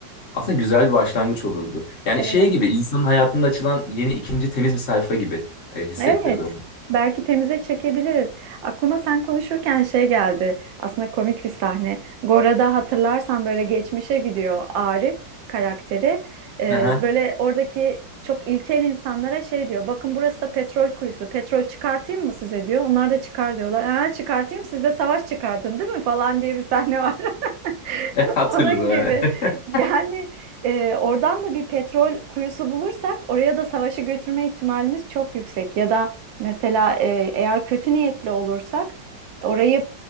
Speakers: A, on the left; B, on the right.
A: aslında güzel bir başlangıç olurdu. Yani
B: Evet.
A: şey gibi insanın hayatında açılan yeni ikinci temiz bir sayfa gibi e, hissettirdi
B: Evet.
A: bana.
B: Belki temize çekebiliriz. Aklıma sen konuşurken şey geldi. Aslında komik bir sahne. Gora'da hatırlarsan böyle geçmişe gidiyor Arif karakteri. Ee,
A: Aha,
B: böyle oradaki çok ilkel insanlara şey diyor. Bakın burası da petrol kuyusu. Petrol çıkartayım mı size diyor. Onlar da çıkar diyorlar. Ha çıkartayım siz de savaş çıkartın değil mi falan diye bir sahne var. <laughs>
A: <laughs> Hatırladım.
B: Onun gibi.
A: evet. <laughs>
B: Yani e, oradan da bir petrol kuyusu bulursak oraya da savaşı götürme ihtimalimiz çok yüksek. Ya da mesela e, eğer kötü niyetli olursak orayı